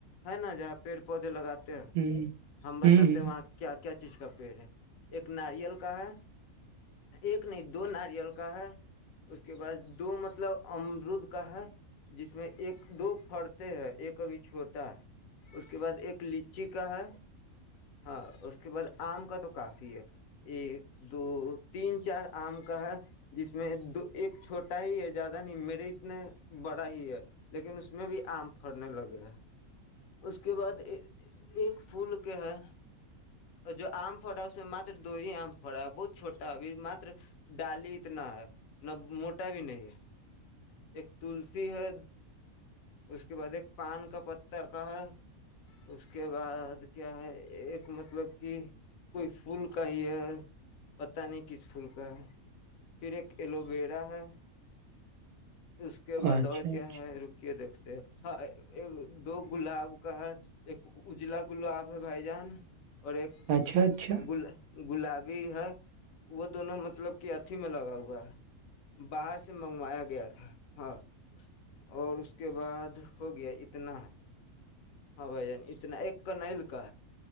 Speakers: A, on the left; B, on the right.
A: ہے نا جہاں پیڑ پودے لگاتے ہیں
B: ہ
A: ہم بتاتے
B: ہ
A: ہیں وہاں کیا کیا چیز کا پیڑ ہے ایک ناریل کا ہے ایک نہیں دو ناریل کا ہے اس کے بعد دو مطلب امرود کا ہے جس میں ایک دو فرد ایک کبھی چھوٹا ہے اس کے بعد ایک لچی کا ہے ہاں اس کے بعد آم کا تو کافی ہے ایک دو تین چار آم کا ہے جس میں دو ایک چھوٹا ہی ہے زیادہ نہیں میرے اتنے بڑا ہی ہے لیکن اس میں بھی آم پڑنے لگے ہیں اس کے بعد ایک پھول کے ہے اور جو آم پڑا ہے اس میں مات دو ہی آم پڑا ہے بہت چھوٹا ابھی ماتر ڈالی اتنا ہے نہ موٹا بھی نہیں ہے ایک تلسی ہے اس کے بعد ایک پان کا پتا کا ہے اس کے بعد کیا ہے ایک مطلب کہ کوئی فول کا ہی ہے پتہ نہیں کس پھول کا ہے پھر ایک ایلو ویرا ہے اس کے بعد
B: اچھا
A: اور کیا
B: اچھا
A: ہے رکے دیکھتے ہاں ایک دو گلاب کا ہے ایک اجلا گلاب ہے بھائی جان اور ایک
B: اچھا اچھا
A: گل گلابی ہے وہ دونوں مطلب کہ اھی میں لگا ہوا ہے باہر سے منگ ایا گیا تھا ہاں اور اس کے بعد ہو گیا اتنا ہے ہاں بھ جن اتنا ایک کرنلکا